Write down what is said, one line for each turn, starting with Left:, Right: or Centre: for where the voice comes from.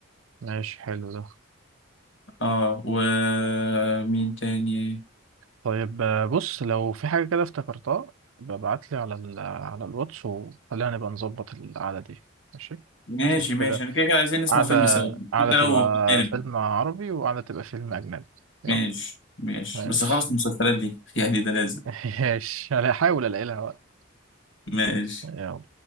Right: ماشي حلو ده
Left: اه ومين تاني
Right: طيب آه، بص لو في حاجة كده افتكرتها ببعت لي على ال على الواتس وخلينا نبقى نظبط القعدة دي ماشي
Left: ماشي
Right: نشوف كده
Left: ماشي انا كده كده عايزين نسمع
Right: قعدة
Left: فيلم سوا
Right: قعدة
Left: حتى
Right: تبقى
Left: لو اجنبي
Right: فيلم عربي وقعدة تبقى فيلم أجنبي يلا
Left: ماشي ماشي
Right: ماشي
Left: بس خلص المسلسلات دي <laughs> يعني ده لازم
Right: <laughs> ماشي أنا هحاول ألاقي لها وقت
Left: ماشي
Right: يلا